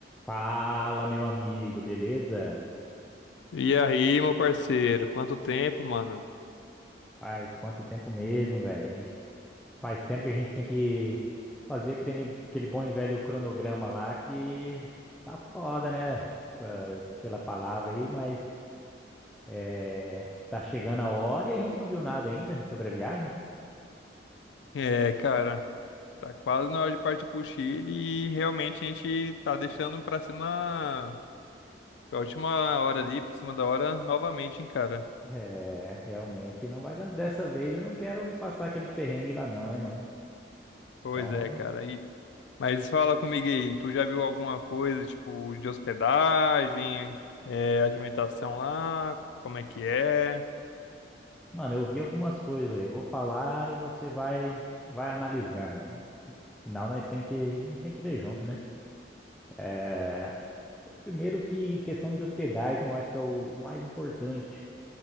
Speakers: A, in the centre; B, on the left.
A: Fala, meu amigo, beleza?
B: E aí, meu parceiro, quanto tempo, mano?
A: Faz quanto tempo mesmo, velho? A gente- Faz tempo que a gente tem que fazer aquele, aquele bom e velho cronograma lá que tá foda, né? Pa- Pela palavra aí, mas é, tá chegando a hora e a gente não viu nada ainda sobre a viagem.
B: É, cara, tá quase na hora de partir pro Chile e realmente a gente tá deixando pra cima, pra última hora ali, por cima da hora, novamente, hein, cara?
A: É, realmente não vai dar. Dessa vez eu não quero passar aqueles perrengues lá, não, hein, mano?
B: Pois
A: Então,
B: é, cara. E... Mas fala comigo aí, tu já viu alguma coisa, tipo, de hospedagem, é, alimentação lá, como é que é?
A: mano, eu vi algumas coisas aí. Eu vou falar e você vai, vai analisando. Final, nós tem que, a gente tem que ver junto, né? É, primeiro que questão de hospedagem, eu acho que é o mais importante,